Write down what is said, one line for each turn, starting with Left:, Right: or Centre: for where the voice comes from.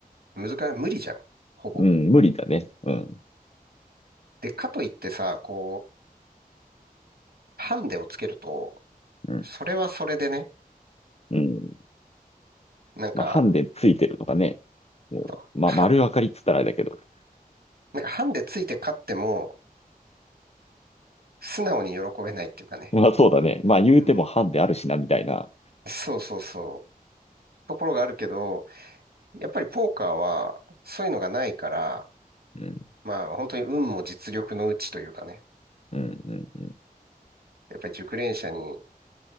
Right: 難い、無理じゃん。ほぼ。
Left: うん、無理だね。うん。
Right: で、かといってさ、こう、ハンデをつけると、
Left: うん。
Right: それはそれでね、
Left: うん
Right: なんか、
Left: まあ、ハンデついてるのがね、もう、
Right: は、
Left: まあ、丸分かりっつったらあれだけど。<laughs>
Right: なんかハンデついて勝っても、素直に喜べないっていうかね。
Left: まあ、そうだね。まあ、言うてもハンデあるしな、
Right: うん。
Left: みたいな。
Right: そうそうそう。ところがあるけど、やっぱりポーカーは、そういうのがないから、
Left: うん、
Right: まあ、本当に運も実力のうちというかね。
Left: うん、うん、うん。
Right: やっぱり熟練者に